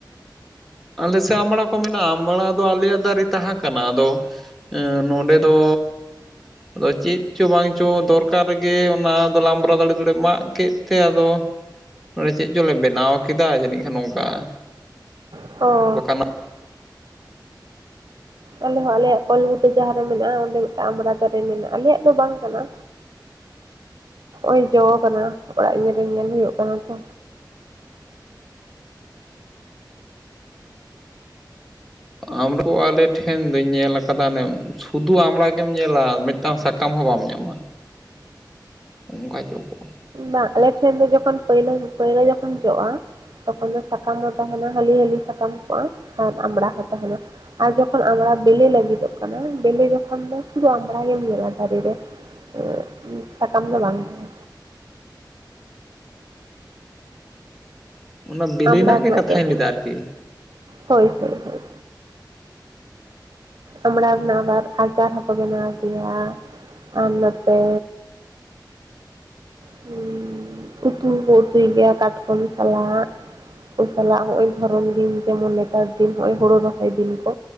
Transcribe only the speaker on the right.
ᱚ
ᱟᱞᱮ ᱦᱚᱸ ᱟᱞᱮᱭᱟᱜ ᱠᱚᱞ ᱵᱩᱴᱟᱹ ᱡᱟᱸᱦᱟ ᱨᱮ ᱢᱮᱱᱟᱜᱼᱟ ᱚᱸᱰᱮ ᱢᱤᱫᱴᱟᱝ ᱟᱢᱲᱟ ᱫᱟᱨᱮ ᱢᱮᱱᱟᱜᱼᱟ ᱟᱞᱮᱭᱟᱜ ᱫᱚ ᱵᱟᱝ ᱠᱟᱱᱟ᱾ ᱦᱚᱸᱜᱼᱚᱭ ᱡᱚ ᱠᱟᱱᱟ ᱚᱲᱟᱜ ᱧᱮᱞ ᱨᱮ ᱧᱮᱞ ᱦᱩᱭᱩᱜ ᱠᱟᱱᱟ ᱛᱚ᱾
ᱵᱟᱝ ᱟᱞᱮᱴᱷᱮᱱ ᱫᱚ ᱡᱚᱠᱷᱚᱱ ᱯᱟᱹᱭᱞᱟ ᱯᱟᱹᱭᱞᱟᱹ ᱡᱚᱠᱷᱚᱱ ᱡᱚᱜᱼᱟ᱾ ᱛᱚᱠᱷᱚᱱ ᱫᱚ ᱥᱟᱠᱟᱢ ᱦᱚᱸ ᱛᱟᱸᱦᱮᱱᱟ ᱦᱟᱹᱞᱤ ᱦᱟᱹᱞᱤ ᱥᱟᱠᱟᱢ ᱠᱚᱜᱼᱟ ᱟᱨ ᱟᱢᱲᱟ ᱦᱚᱸ ᱛᱟᱸᱦᱮᱱᱟ᱾ ᱟᱨ ᱡᱚᱠᱷᱚᱱ ᱟᱢᱲᱟ ᱵᱮᱞᱮ ᱞᱟᱹᱜᱤᱫᱚᱜ ᱠᱟᱱᱟ ᱵᱮᱞᱮ ᱡᱚᱠᱷᱚᱱ ᱫᱚ ᱥᱩᱫᱷᱩ ᱟᱢᱲᱟ ᱜᱮᱢ ᱧᱮᱞᱟ ᱫᱟᱨᱮ ᱨᱮ᱾ ᱮ ᱥᱟᱠᱟᱢ ᱫᱚ ᱵᱟᱝ ᱛᱟᱦᱮ᱾
ᱟᱢᱲᱟ
ᱡᱮᱢᱚᱱ
ᱦᱳᱭ ᱦᱳᱭ ᱦᱳᱭ᱾ ᱟᱢᱲᱟ ᱨᱮᱱᱟᱜ ᱟᱵᱟᱨ ᱟᱪᱟᱨ ᱦᱚᱸᱠᱚ ᱵᱮᱱᱟᱣ ᱜᱮᱭᱟ ᱟᱨ ᱱᱚᱛᱮ ᱦᱩᱸ ᱩᱛᱩ ᱦᱚᱸᱠᱚ ᱩᱛᱩᱭ ᱜᱮᱭᱟ ᱠᱟᱴᱠᱚᱢ ᱥᱟᱞᱟᱜ᱾ ᱠᱩ ᱥᱟᱞᱟᱜ ᱱᱚᱜᱼᱚᱭ ᱫᱷᱚᱨᱚᱢ ᱫᱤᱱ ᱡᱮᱢᱚᱱ ᱱᱮᱛᱟᱨ ᱫᱤᱱ ᱦᱚᱸᱜᱼᱚᱭ ᱦᱳᱲᱳ ᱨᱚᱦᱚᱭ ᱫᱤᱱ ᱠᱚ᱾